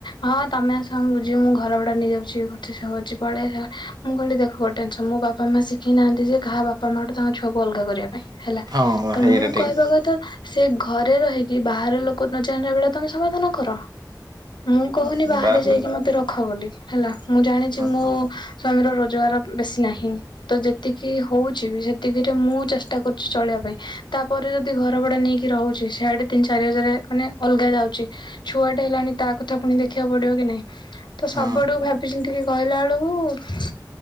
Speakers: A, on the left; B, on the right.
A: ହଁ ତମେ ସଙ୍ଗୁ ବୁଝିବ ମୁଁ ଘର ଭଡା ନେଇଯାଉଛି ଇଏ ହଉଛି ସ କର ଅଛି ପଳେଇ ମୁଁ କହିଲି ଦେଖ ଟେନସନ ମୋ ବାପା ମା ଶିଖେଇ ନାହାନ୍ତି ଯେ କାହା ବାପା ମା ଠୁ ତାଙ୍କ ଛୁଆକୁ ଅଲଗା କରିବା ପାଇଁ। ହେଲା
B: ହଁ
A: ତ
B: ହେଇଟା
A: ମୁଁ
B: ଠିକ
A: କହିବା କଥା ସେ ଘରେ ରହିକି ବାହାର ଲୋକ ନ ଜାଣିଲା ଭଳିଆ ତମେ ସମାଧାନ କର। ମୁଁ କହୁନି
B: ହୁଁ
A: ବାହାରେ
B: ବାସ
A: ଯାଇକି ମତେ ରଖ ବୋଲି ହେଲା ମୁଁ ଜାଣିଛି
B: ହଁ
A: ମୁଁ ସ୍ଵାମୀର ରୋଜଗାର ବେଶୀ ନାହିଁ। ତ ଯେତିକି ହଉଛି ବି ସେତିକିରେ ମୁଁ ଚେଷ୍ଟା କରୁଛି ଚଳିବା ପାଇଁ ତାପରେ ଯଦି ଘର ଭଡା ନେଇକି ରହୁଛି ସେଆଡେ ତିନି ଚାରି ହଜାର ମାନେ ଅଲଗା ଯାଉଛି। ଛୁଆଟେ ହେଲାଣି ତା କଥା ପୁଣି ଦେଖିବାକୁ ପଡିବ କି ନାଇଁ ତ
B: ହଁ
A: ସବୁଆଡୁ ଭାବିି କି କହିଲା ବେଳକୁ ହ